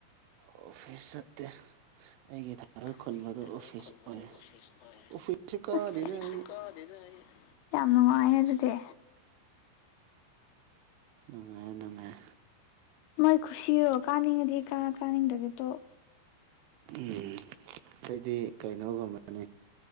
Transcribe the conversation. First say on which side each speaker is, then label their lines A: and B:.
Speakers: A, on the right; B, on the left.
A: ꯑꯣꯐꯤꯁ ꯆꯠꯇꯦ ꯑꯩꯒꯤ ꯊꯥꯔꯣꯏ
B: ꯦ
A: ꯈꯨꯟꯕꯗꯣ
B: ꯅꯒꯤ ꯊꯔꯣꯏ
A: ꯑꯣꯐꯤꯁ
B: ꯈꯨꯟꯕꯗꯨ
A: ꯑꯣꯏꯔꯦ
B: ꯑꯣꯐꯤꯁ ꯑꯣꯏꯔꯦ
A: ꯑꯣꯐꯤꯁꯁꯨ ꯀꯥꯗꯦꯗ
B: ꯑꯁ
A: ꯑꯩ
B: ꯌꯥꯝ ꯅꯨꯡꯉꯥꯏꯍꯦ ꯑꯗꯨꯗꯤ
A: ꯅꯨꯡꯉꯥꯏ ꯅꯨꯡꯉꯥꯏ
B: ꯃꯣꯏ ꯈꯨꯁꯤꯔꯣ ꯀꯥꯅꯤꯡꯉꯗꯤ ꯀꯥ ꯀꯥꯅꯤꯡꯗꯔꯗꯤ ꯇꯣꯛ
A: ꯎꯝ ꯑꯩꯗꯤ ꯀꯩꯅꯣꯒꯨꯝꯕꯅꯤ